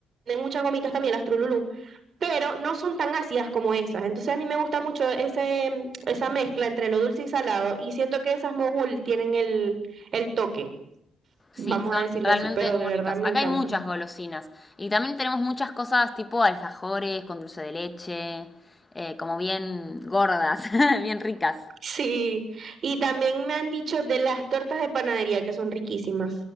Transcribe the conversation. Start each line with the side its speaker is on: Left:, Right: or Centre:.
Right: muchas gomitas también, las Trululú. pero no son tan ácidas como esas. Entonces a mí me gusta mucho ese, mm, esa mezcla entre lo dulce y salado y siento que esas mogul tienen el, el toque,
Left: Sí,
Right: vamos
Left: son
Right: a decirlo
Left: realmente
Right: así, pero
Left: muy
Right: de verdad
Left: ricas.
Right: me
Left: Acá
Right: encantan.
Left: hay muchas
Right: <laughs>
Left: golosinas. Y también tenemos muchas cosas tipo alfajores con dulce de leche, eh, como bien gordas, <laughs> bien ricas.
Right: Sí, y también me han dicho de las tortas de panadería que son riquísimas.